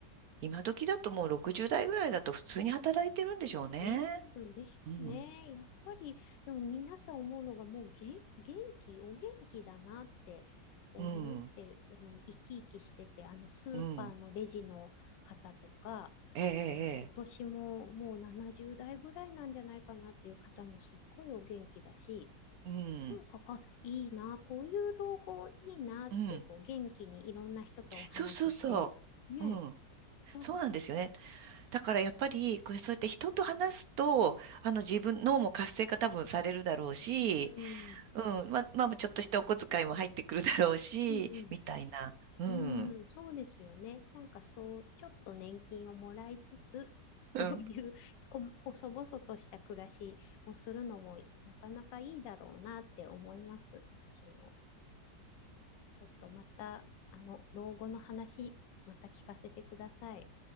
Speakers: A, on the right; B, on the left.
A: 今時だともう60代ぐらいだと普通に働いてるんでしょうね。
B: うん、うんでしょうね。
A: うん、
B: やっぱり、でも皆さん思うのがもう元、元気、お元気だなって思ってる、
A: うん、
B: あの、生き生きしてて、あの、スーパーのレジの方とか、
A: うん。ええ、
B: もうお年ももう70代ぐらいなんじゃないかなっていう方もすっごいお元気だし、
A: ええ、ええうん、
B: なんか、あ、いいな、こういう老後いいなって、
A: うん。
B: こう、元気にいろんな人とお話しして、
A: そうそうそう。
B: ね、
A: うん、
B: なんか、
A: そうなんですよね。だからやっぱり、これそうやって人と話すと、あの自分、脳も活性化多分されるだろうし、
B: うん、
A: うん、まあ、まあちょっとしたお小遣いも入ってくるだろうし、
B: うん
A: みたいな。うん。
B: うん。うん、そうですよね。なんかそう、ちょっと年金をもらいつつ、<laughs> そういうこ細々とした暮らしをするのもなかなかいいだろうなって思います。
A: うん
B: 私も。ちょっとまた、あの、老後の話、また聞かせてください。